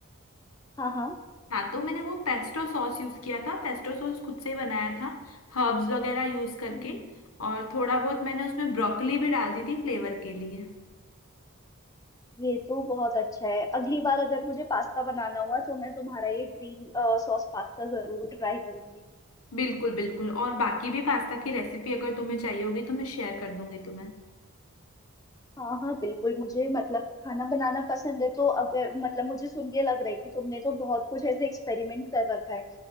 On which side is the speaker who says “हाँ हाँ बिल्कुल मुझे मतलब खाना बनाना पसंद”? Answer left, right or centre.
Left